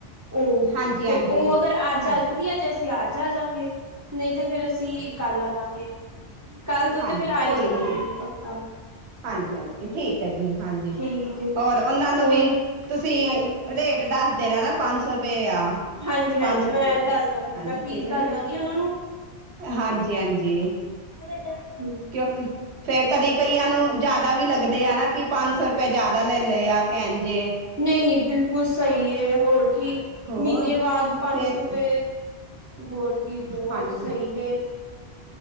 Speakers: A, on the right; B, on the right.
A: ਉਹ
B: ਹਾਂਜੀ
A: ਤੇ
B: ਹਾਂਜੀ
A: ਉਹ ਅਗਰ ਅੱਜ ਆ
B: ਅੱ
A: ਜਾਂਦੀ ਹੈ ਤੇ ਅਸੀਂ ਅੱਜ ਆ ਜਾਂਗੇ ਨਹੀਂ ਤੇ ਫੇਰ ਅਸੀਂ ਕੱਲ ਆ ਜਾਂਗੇ ਕੱਲ
B: ਹਾਂਜੀ
A: ਫੇਰ ਆ ਹੀ
B: ਕੋਈ
A: ਜਾਵਾਂਗੇ
B: ਨੀ
A: ਪੱਕਾ,
B: ਹਾਂਜੀ ਹਾਂਜੀ ਠੀਕ ਹੈ ਜੀ, ਹਾਂਜੀ
A: ਠੀਕ ਹੈ
B: ਹੋਰ ਉਹਨਾਂ ਨੂੰ
A: ਹੋਰ
B: ਵੀ ਤੁਸੀਂ
A: ਹਾਂਜੀ
B: ਰੇਟ ਦੱਸ ਦੇਣਾ ਨਾ ਪੰਜ ਸੌ ਰੁਪਏ ਆ
A: ਹਾਂਜੀ ਹਾਂਜੀ
B: ਪੰਜ ਸੌਪ
A: ਮੈਂ ਦੱਸ ਦਾਂਗੀ
B: ਹਾਂਜੀ
A: ਮੈਂ ਫੀਸ
B: ਠੀਕ
A: ਦੱਸ
B: ਹੈ ਨਾ
A: ਦਾਂਗੀ ਉਹਨਾਂ ਨੂੰ
B: ਹਾਂਜੀ ਹਾਂਜੀ,
A: ਹ ਤਾਂ,
B: ਕਿਉਂਕਿ ਫੇਰ ਕਦੀ ਕਈਆਂ ਨੂੰ ਜਾਦਾ ਵੀ ਲੱਗਦੇ ਆ ਨਾ ਕਿ ਪੰਜ ਸੌ ਰੁਪਏ ਜਾਦਾ ਲੈ ਲਏ ਆ। ਭੇਣ ਜੇ
A: ਨਹੀਂ ਨਹੀਂ ਬਿਲਕੁਲ ਸਹੀ ਹੈ ਹੋਰ ਕੀ
B: ਹੋਰ
A: ਮੀਨੇ ਬਾਦ ਪੰਜ
B: ਫੇਰ
A: ਸੌ ਰੁਪਏ ਹੋਰ ਕੀ ਬੋਤ
B: ਹਾਂਜੀ
A: ਸਹੀ ਨੇ,